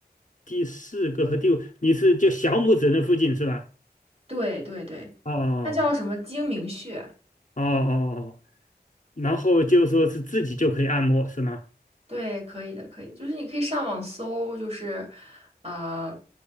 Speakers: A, on the left; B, on the right.
A: 第四个和第五，你是就小拇指那附近是吧？
B: 对对对，
A: 哦
B: 它叫什么睛明穴。
A: 哦哦，哦，然后就说是自己就可以按摩是吗？
B: 对，可以的，可以的，就是你可以上网搜，就是，呃，